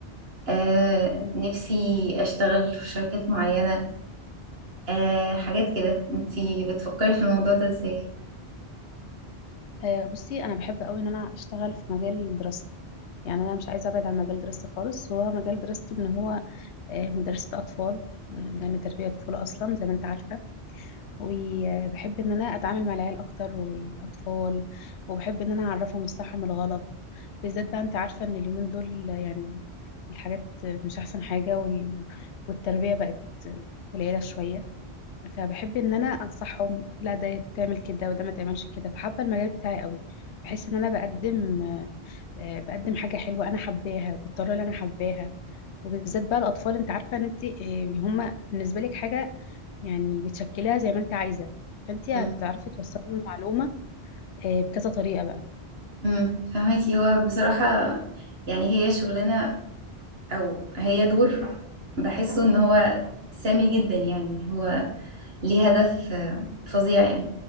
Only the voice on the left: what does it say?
مم.
آه بصي انا بحب قوي ان انا اشتغل في مجال دراستي يعني انا مش عايزه ابعد عن مجال دراستي خالص هو مجال دراستي ان هو آه مدرسه اطفال مم، يعني تربيه طفوله اصلا زي ما انت عارفه وبحب ان انا اتعامل مع العيال اكتر والاطفال وبحب ان انا اعرفهم الصح من الغلط بالذات بقى انت عارفة ان اليومين دول يعني الحاجات مش احسن حاجة وال... والتربية بقت قليلة شوية فبحب ان انا انصحهم لا ده تعمل كده وده ما تعملش كده فحابة المجال بتاعي قوي بحس ان انا بقدم آه، بقدم حاجة حلوة انا حباها وبالطريقة اللي انا حباها وبالذات بقى الاطفال انت عارفة ان انت آه، هما بالنسبة لك حاجة يعني بتشكلها زي ما انت عايزة فانت
هتعرفي توصلي المعلومة آه، بكذا طريقة بقى